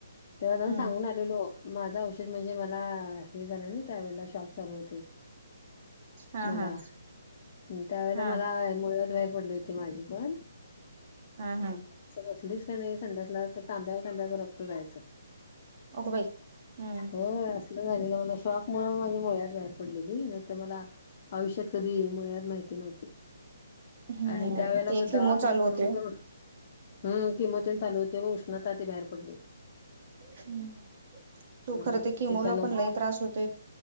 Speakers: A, on the left; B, on the right.
A: तेव्हा जाऊन
B: हम्म
A: सांगू ना ो माझा औषध म्हणजे मला हे झालं ना त्या वळेला शॉक चालू होते.
B: हा
A: मला
B: हा
A: त्यावेेळेला
B: हा
A: मुळव्याद. बाहेर पडली होती माझ पण
B: हा हा
A: बसलीच का नाही संड्यासला तर तांब्या तांब्या भर रक्त जायचं.
B: अगं बाई हम्म
A: होय झाले मला शॉक मुळ माझ्या मुळ्यात बाहेर पडलेली नाही तर मला आयुष्यात कधी येई मुळव्याद माहिती नव्हती.
B: हम्म
A: आणि त्या वेळेला
B: ते
A: मग
B: किमो
A: दवाखाने
B: चालू
A: करून
B: होते
A: करून हम् किमो तीन चालू होते व उष्णता ती बाहेर पडली
B: हम्म तू
A: हम्म
B: खरं ते किमोला
A: त्याच्यानंतर
B: पण लई त्रास होत